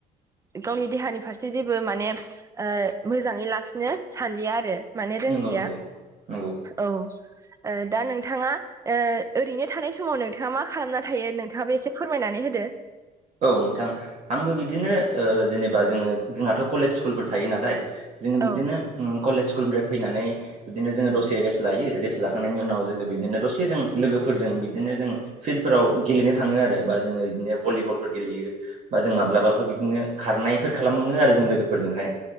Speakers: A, on the right (about 20°); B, on the right (about 45°).
A: गावनि देहानि फारसे जेबो माने ओ मोजाङै लाखिनो सानलिया आरो माने रोंलिया
B: नंगौ नंगौ नंगौ
A: औ। ओ दा नोंथाङा ओ ओरैनो थानाय समाव नोंथाङा मा खालामना थायो नोंथाङाबो एसे फोरमायनानै होदो।
B: औ नोंथां आंबो बिब्दिनो जेनेबा जोङो जोंहथ' कलेज स्कुलफोर थायो नालाय जोङो बिब्दिनो
A: औ
B: कलेज स्कुलनिफ्राय फैनानै बिदिनो जोङो दसे रेस्ट लायो। रेस्ट लाखांनायनि उनाव जोङो बिदिनो दसेजों लोगोफोरजों बिदिनो जों फिल्डफोराव गेलेनो थाङो आरो बा जोङो बिदिनो भलिबल गेलेयो बा जों माब्लाबाफोर
A: औ
B: बिदिनो खारनायफोर खालामो आरो जों लोगोफोरजोंहाय।